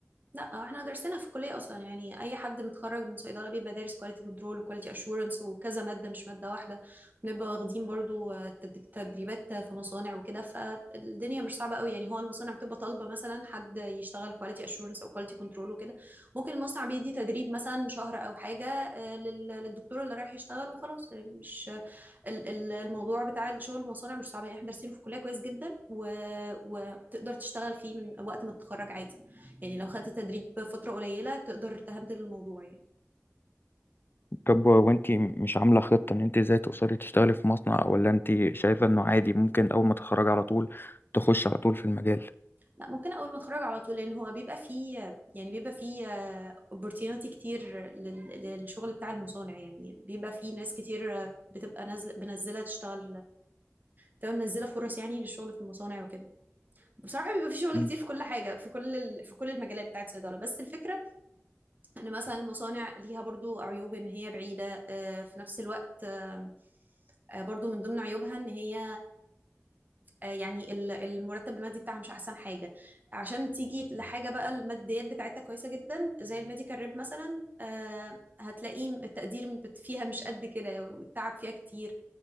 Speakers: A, on the right (about 35°); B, on the left (about 45°).
A: لا احنا درسنا في الكليه اصلا يعني اي حد متخرج من صيدله بيبقى دارس كواليتي كنترول وكواليتي اشورنس وكذا ماده مش ماده واحده بنبقى واخدين برضو آه، تد- تدريبات في مصانع وكده فالدنيا مش صعبه قوي يعني هو المصانع بتبقى طالبه مثلا حد يشتغل كواليتي اشورنس او كواليتي كنترول وكده ممكن المصنع بيدي تدريب مثلا شهر او حاجه آه، لل- للدكتور اللي رايح يشتغل وخلاص مش ال- ال- الموضوع بتاع الشغل المصانع مش صعب يعني احنا دارسينه في الكليه كويس جدا و... وتقدر تشتغل فيه من وقت ما تتخرج عادي يعني لو خدت تدريب فتره قليله تقدر تهندل الموضوع يعني
B: طب وانت مش عامله خطه ان انت ازاي توصلي تشتغلي في مصنع ولا انت شايفه انه عادي ممكن اول ما تتخرجي على طول تخش على طول في المجال
A: لا ممكن اول ما اتخرج على طول لان هو بيبقى فيه يعني بيبقى فيه opportunity كتير لل... للشغل بتاع المصانع يعني بيبقى فيه ناس كتير بتبقى نازله بنزله تشتغل بتبقى منزله فرص يعني للشغل في المصانع وكده بصراحه بيبقى فيه شغل
B: مم.
A: كتير في كل حاجه في كل ال... في كل المجالات بتاعت الصيدله بس الفكره ان مثلا المصانع ليها برضو عيوب ان هي بعيدة آه، في نفس الوقت آم، آه، برضو من ضمن عيوبها ان هي آه، يعني ال- المرتب المادي بتاعها مش احسن حاجة عشان تيجي لحاجة بقى الماديات بتاعتها كويسة جدا زي الميديكال ريب مثلا آه، هتلاقيه التقدير بت- فيها مش قد كده والتعب فيها كتير